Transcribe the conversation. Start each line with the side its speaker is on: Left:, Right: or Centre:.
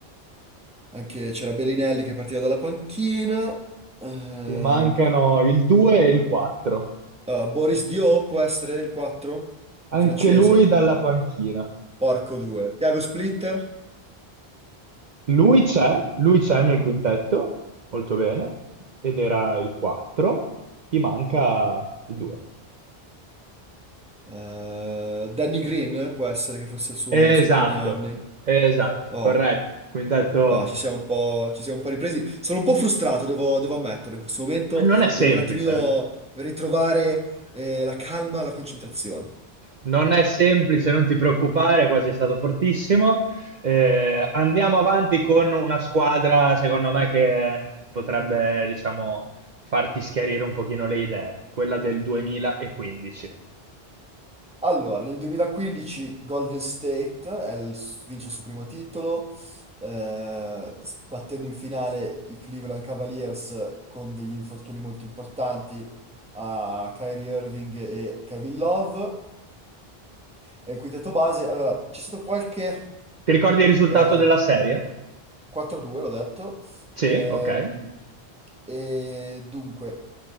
Centre: anche c'era Bellinelli che partiva dalla panchina. Ehm,
Right: Gli mancano il 2 e il 4.
Centre: Uh, Boris Dio può essere il 4,
Right: Anche
Centre: il francese?
Right: lui dalla panchina.
Centre: Porco 2. Thiago Splitter?
Right: Lui c'è, lui c'è nel quintetto, molto bene, ed era il 4, ti manca il 2.
Centre: Uh, Danny Green può essere che fosse il suo
Right: Esatto,
Centre: uno dei suoi primi anni.
Right: esatto,
Centre: Oh,
Right: corretto. Il Quintetto
Centre: no, ci siamo un po', ci siamo un po' ripresi. Sono un po' frustrato, devo, devo ammetterlo. In questo momento
Right: ah, non è semplice,
Centre: devo un attimino
Right: eh.
Centre: ritrovare eh, la calma, la concentrazione.
Right: non è semplice, non ti preoccupare, quasi è stato fortissimo. Eh, andiamo avanti con una squadra, secondo me, che potrebbe, diciamo, farti schiarire un pochino le idee, quella del 2015.
Centre: Allora, nel 2015 Golden State è il- vince il suo primo titolo, eh, battendo in finale i Cleveland Cavaliers con degli infortuni molto importanti a Kyrie Irving e Kevin Love. E il quintetto base, allora, c'è stato qualche
Right: Ti ricordi il risultato
Centre: eh,
Right: della serie?
Centre: 4-2, l'ho detto.
Right: Sì,
Centre: Ehm,
Right: ok.
Centre: e dunque,